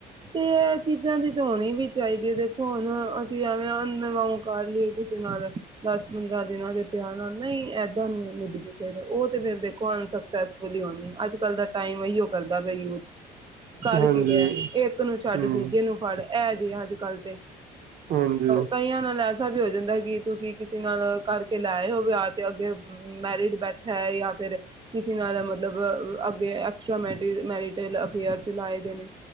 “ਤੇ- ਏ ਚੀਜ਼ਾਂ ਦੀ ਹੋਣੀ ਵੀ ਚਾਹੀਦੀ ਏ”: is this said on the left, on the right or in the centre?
Right